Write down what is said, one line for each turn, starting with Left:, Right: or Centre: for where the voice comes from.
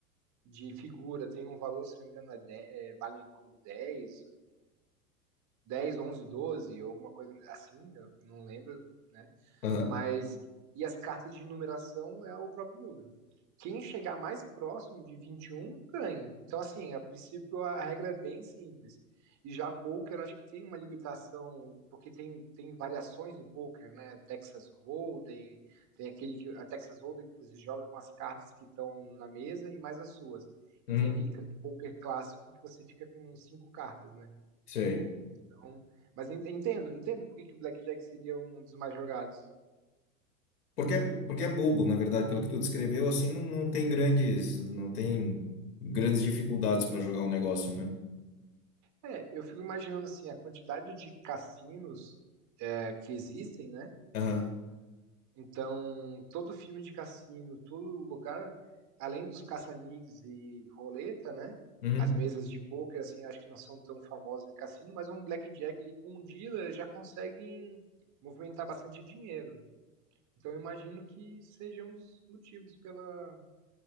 Right: de figura tem um valor, se não me engano, é de- é, valem como 10. dez, onze, doze, alguma coisa assim, eu não lembro, né?
Left: aham,
Right: Mas e as cartas de numeração é o próprio número. Quem chegar mais próximo de 21 ganha. Então, assim, a princípio a regra é bem simples. E já poker, acho que tem uma limitação, porque tem, tem variações do pôquer, né? Texas Hold'em, tem aquele que a Texas Hold'em que você joga com as cartas que estão na mesa e mais as suas.
Left: uhum,
Right: E tem aquele pôquer clássico que você fica com cinco cartas, né?
Left: sei.
Right: Então, mas en- entendo, entendo por que que o Blackjack seria um dos mais jogados.
Left: Porque é, porque é bobo, na verdade, pelo que tu descreveu, assim, não, não tem grandes, não tem grandes dificuldades para jogar o negócio, né?
Right: É, eu fico imaginando assim, a quantidade de cassinos é, que existem, né?
Left: Aham.
Right: Então, todo filme de cassino, todo lugar, além dos caça-níqueis e roleta, né?
Left: Uhum.
Right: As mesas de poker, assim, acho que não são tão famosas em cassino, mas um blackjack ali com um dealer já consegue movimentar bastante dinheiro. Então, eu imagino que seja um dos motivos pela,